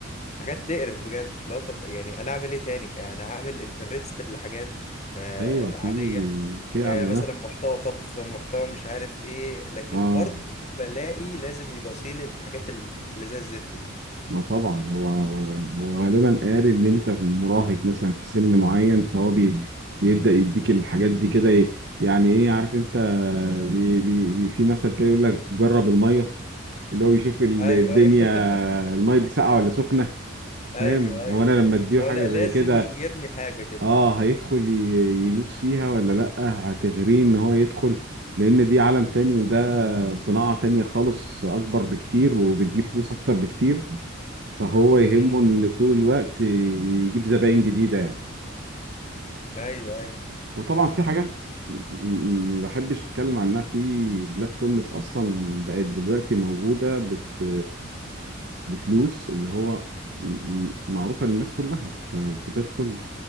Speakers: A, on the left (about 35°); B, on the right (about 55°).
A: حاجات تقرف بجد لا طب يعني انا اعمل ايه تاني انا عامل انترستد لحاجات آه،
B: ايوه في
A: عادية
B: في
A: آه،
B: اعلانات
A: مثلا محتوى طبخ محتوى مش عارف ايه لكن
B: اه
A: برضو بلاقي لازم يبصيلي الحاجات ال- اللي زي الزفت دي
B: ما طبعا هو هو هو غالبا قاري ان انت مراهق مثلا في سن معين فهو بي بيبدا يديك الحاجات دي كده ي- يعني ايه عارف انت بي بي بي في مثل كده يقول لك جرب الميه اللي هو بيشوف الدنيا
A: ايوه ايوه <laughs>
B: الميه دي ساقعه ولا سخنه
A: ايوه
B: فاهم
A: ايوه
B: هو انا لما اديله
A: هو
B: حاجه
A: لا
B: زي
A: لازم
B: كده
A: يرمي حاجة كده
B: اه هيدخل ي- يدوس فيها ولا لأ هتغريه ان هو يدخل لان دي عالم تاني وده صناعة تانية خالص اكبر بكتير وبتجيب فلوس اكتر بكتير فهو يهمه
A: امم
B: ان طول الوقت يجيب زباين جديدة يعني
A: ايوه ايوه
B: وطبعا في حاجات م- م- ما بحبش اتكلم عنها في بلاتفورمز اصلا بقت دلوقتي موجودة بت بفلوس اللي هو م- م- معروفة للناس كلها انت بتدخل